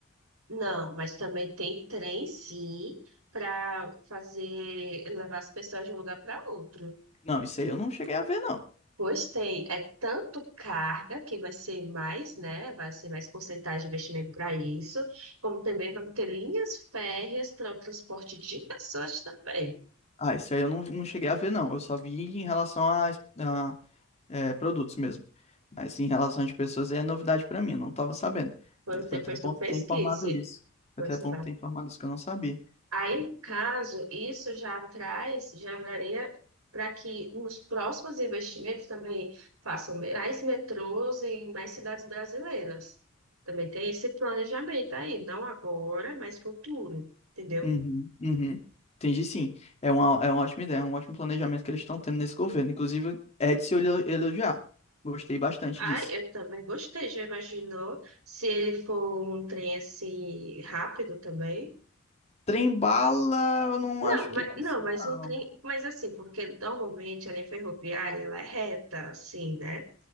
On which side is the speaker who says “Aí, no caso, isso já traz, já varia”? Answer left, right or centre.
Right